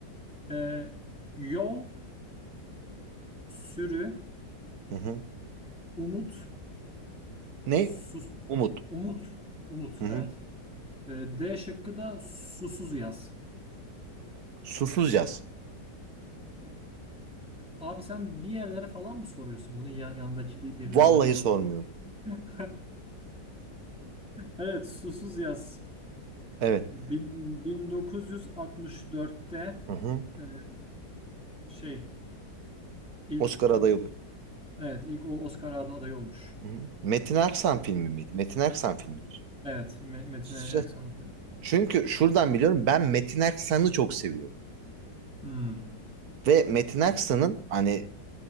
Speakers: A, in the centre; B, on the right (about 60°).
A: e, Yol, Sürü,
B: Hı hı.
A: Umut,
B: Ne?
A: Susuz,
B: Umut.
A: Umut, Umut,
B: Hı
A: evet.
B: hı.
A: E, D şıkkı da Susuz Yaz.
B: Susuz yaz.
A: Abi sen bir yerlere falan mı soruyorsun bunun ya- yanındaki bir birilerine
B: Vallahi
A: falan?
B: sormuyorum.
A: <laughs> Evet, Susuz Yaz.
B: Evet.
A: Bin- 1964'te
B: Hı hı.
A: e, şey ilk
B: Oscar
A: to-
B: adayı olur.
A: Evet, ilk o- Oscar ad- adayı olmuş.
B: Hı hı. Metin Erksan filmi miydi? Metin Erksan filmidir.
A: Evet, Me- Metin
B: Susuz
A: Aksan'ın
B: yaz. Çünkü şuradan biliyorum ben Metin Erksan'ı çok seviyorum.
A: Hmm.
B: Ve Metin Erksan'ın hani